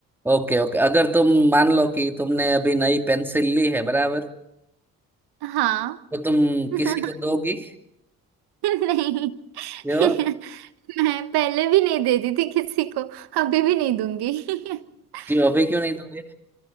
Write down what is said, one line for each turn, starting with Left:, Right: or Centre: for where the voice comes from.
Centre: ओके ओके अगर तुम मान लो कि तुमने अभी नई पेंसिल ली है बराबर
Right: हाँ
Centre: तो तुम
Right: <laughs>
Centre: किसी को दोगी
Right: नहीं
Centre: क्यों
Right: <laughs> मैं पहले भी नहीं देती थी किसी को अभी भी नहीं दूंगी <laughs>
Centre: क्यों अभी क्यों नहीं दोगे